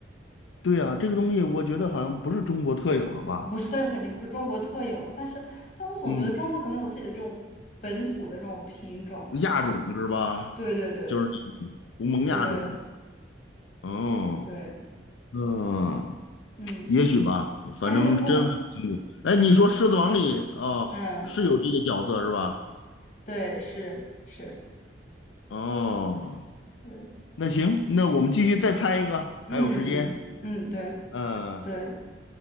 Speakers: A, on the left; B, on the left.
A: 对呀，这个东西我觉得好像不是中国特有的吧？
B: <laughs> 不是，它肯定不是中国特有的，但是但我总觉得中国可能有自己的这种本土的这种品种。
A: 嗯，亚种是吧？
B: 对对对
A: 就是胡蒙亚种。
B: 对
A: 哦，
B: 对，
A: 嗯，
B: 嗯
A: 也许吧，反正真还不清楚。
B: <laughs>
A: 哎，你说《狮子王》里哦是有这个角色是吧？
B: 嗯，对，是是
A: 哦，
B: 是，
A: 那行，那我们继续再猜一个，
B: 嗯嗯嗯嗯，
A: 还有时间。
B: 对
A: 嗯，
B: 对，